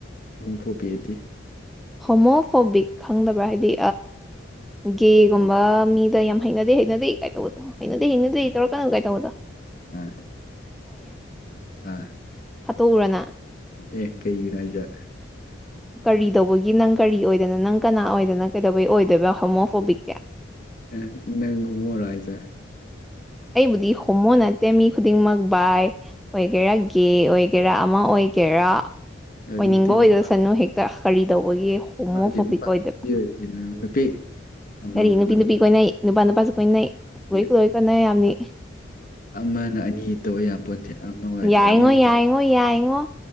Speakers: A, on the left (about 45°); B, in the centre.
A: ꯐꯨꯕꯤꯑꯗꯤ
B: ꯍꯣꯃꯣꯐꯣꯕꯤꯛ ꯈꯪꯗꯕ꯭ꯔꯥ ꯍꯥꯏꯗꯤ ꯒꯦꯒꯨꯝꯕ
A: ꯍꯣꯏ
B: ꯃꯤꯗ ꯌꯥꯝ ꯍꯩꯅꯗꯦ ꯍꯩꯅꯗꯦ ꯀꯥꯏ ꯇꯧꯕꯗꯣ ꯍꯩꯅꯗꯦ ꯍꯩꯅꯗꯦ ꯇꯧꯔꯛ ꯀꯅꯨ ꯀꯥꯏ ꯇꯧꯕꯗꯣ
A: ꯍ ꯑ
B: ꯍꯥꯠꯇꯣꯛꯎꯔꯅ
A: ꯑꯦ ꯀꯩꯒꯤꯅꯣ ꯍꯥꯏꯖꯠ
B: ꯀꯔꯤ ꯇꯧꯕꯒꯤ ꯅꯪ ꯀꯔꯤ ꯑꯣꯏꯗꯅ ꯅꯪ ꯀꯅꯥ ꯑꯣꯏꯗꯅ ꯀꯩꯗꯧꯕꯒꯤ ꯑꯣꯏꯗꯣꯏꯕ ꯍꯣꯃꯣꯐꯣꯕꯤꯛꯇꯦ
A: ꯑ ꯅ ꯍꯨꯃꯔ ꯍꯥꯏꯖꯦ
B: ꯑꯩꯕꯨꯗꯤ ꯍꯣꯃꯣ ꯅꯠꯇꯦ ꯃꯤ ꯈꯨꯗꯤꯡꯃꯛ ꯕꯥꯏ ꯑꯣꯏꯒꯦꯔꯥꯒꯦ ꯑꯣꯏꯒ ꯀꯦꯔꯥ ꯑꯃ ꯑꯣꯏ ꯀꯦꯔꯥ
A: ꯌꯥꯅꯤꯡꯗꯦ
B: ꯑꯣꯏꯅꯤꯡꯕ ꯑꯣꯏꯗꯣꯏꯁꯅꯨ
A: ꯅꯨꯄꯥ
B: ꯍꯦꯛꯇ ꯀꯔꯤ ꯇꯧꯕꯒꯤ ꯍꯣꯃꯣꯐꯣꯕꯤꯛ
A: ꯅꯨꯄꯥ ꯑꯣꯏꯔꯗꯤ ꯅꯨꯄꯥ
B: ꯑꯣꯏꯗꯣꯏꯕ
A: ꯅꯨꯄꯤ ꯑꯣꯏꯔꯗꯤ ꯅꯨꯄꯤ ꯑꯃꯃꯝ
B: ꯀꯔꯤ ꯅꯨꯄꯤ
A: ꯑꯣꯏꯕ
B: ꯅꯨꯄꯤ ꯀꯣꯏꯅꯩ ꯅꯨꯄꯥ ꯅꯨꯄꯥꯁꯨ ꯀꯣꯏꯅꯩ
A: ꯁꯤ
B: ꯂꯣꯏ ꯀꯂꯣꯏ ꯀꯣꯟꯅꯩ ꯌꯥꯝꯅꯤ
A: ꯑꯃꯅ ꯑꯅꯤ ꯇꯧꯕ ꯌꯥꯝ ꯄꯨꯟꯗꯦ ꯑꯃ ꯑꯣꯏꯔꯗꯤ
B: ꯌꯥꯏꯉꯣ
A: ꯑꯃ ꯑꯣꯏꯒ
B: ꯌꯥꯏꯉꯣ ꯌꯥꯏꯉꯣ